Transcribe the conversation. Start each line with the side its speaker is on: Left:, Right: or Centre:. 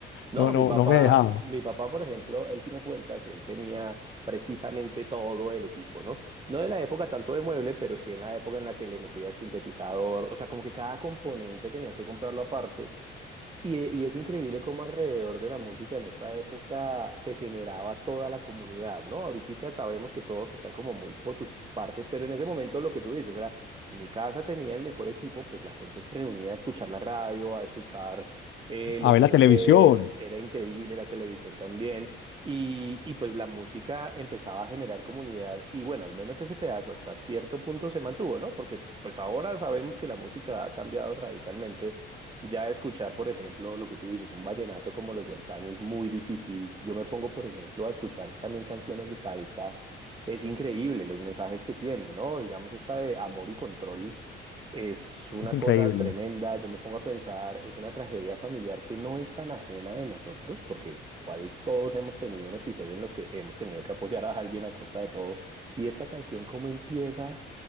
Right: No,
Left: no, no,
Right: mi papá,
Left: no me dejaba.
Right: mi papá, por ejemplo, él sí me cuenta que él tenía precisamente todo el equipo, ¿no? No de la época tanto de mueble, pero sí en la época en la que le metía sintetizador, o sea, como que cada componente tenías que comprarlo aparte y, e- y es increíble cómo alrededor de la música en esta época se generaba toda la comunidad, ¿no? Ahorita sabemos que todos están como muy por su parte, pero en ese momento lo que tú dices era, mi casa tenía el mejor equipo, pues la gente se reunía a escuchar la radio, a escuchar eh,
Left: a
Right: los
Left: ver
Right: LPs,
Left: la televisión.
Right: era increíble la televisión también, y, y pues la música empezaba a generar comunidad, y bueno, al menos ese pedazo hasta cierto punto se mantuvo, ¿no? Porque pues ahora sabemos que la música ha cambiado radicalmente ya escuchar, por ejemplo, lo que tú dices, un vallenato como los de antaño es muy difícil. Yo me pongo, por ejemplo, a escuchar también canciones de salsa. Es increíble los mensajes que tienen, ¿no? Digamos, esta de amor y control es una
Left: Es increíble.
Right: cosa tremenda. Yo me pongo a pensar, es una tragedia familiar que no es tan ajena de nosotros, porque igual todos hemos tenido un episodio en los que hemos tenido que apoyar a alguien a costa de todo. Y esta canción, ¿cómo empieza?